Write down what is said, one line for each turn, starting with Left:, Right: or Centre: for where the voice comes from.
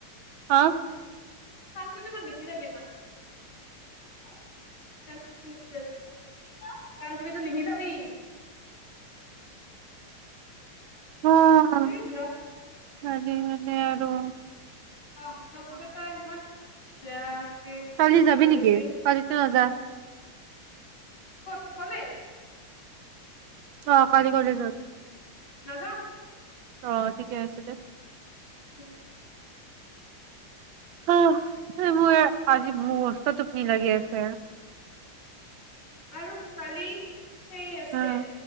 Right: হা
Left: সংৃতি ম নিভিি যাব নাটো নিভিিাব <unintelligible> <unintelligible>
Right: অ পাৰিম
Left: এই নখ
Right: নে আৰু আৰু
Left: অ লগ কেইটা ইমান বেয়া
Right: কালি
Left: কি
Right: যাবি
Left: কৰিছে
Right: নেকি কালিতো নাযা
Left: কত কলেজ
Right: অ কালি কলেজত
Left: নাযাওঁ
Right: অ ঠিকে আছে দে
Left: উম
Right: অ মই আজি মোৰ অৱস্থাটোো কি
Left: নাযাওঁ
Right: লাগি আছে
Left: আৰু কালি সেই আছে
Right: অ',